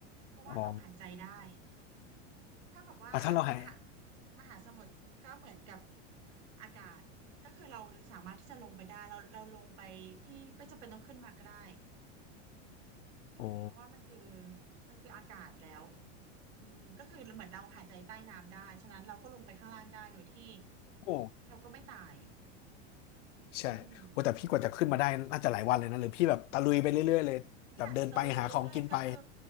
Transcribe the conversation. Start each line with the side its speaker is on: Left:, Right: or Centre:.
Right: เพราะว่าเราหายใจได้
Left: อ๋อ
Right: เท่ากับว่ามหา
Left: อ่ะถ้าเราหาย
Right: มหาสมุทรก็เหมือนกับอากาศก็คือเราสามารถที่จะลงไปได้เราเราลงไปพี่ไม่จำเป็นต้องขึ้นมาก็ได้
Left: โอ้
Right: เพราะว่ามันคือมันคืออากาศแล้วอืมก็คือเหมือนเราหายใจใต้น้ำได้ฉะนั้นเราก็ลงไปข้างล่างได้โดยที่
Left: โห
Right: เราก็ไม่ตาย
Left: ใช่โอ้แต่พี่กว่าจะขึ้นมาได้น่าจะหลายวันเลยนะหรือพี่แบบตะลุยไปเรื่อยๆเลยแบบเดินไปหาของกินไป
Right: อืม พี่อาจจะตะลุยไปเรื่อยๆก็คือ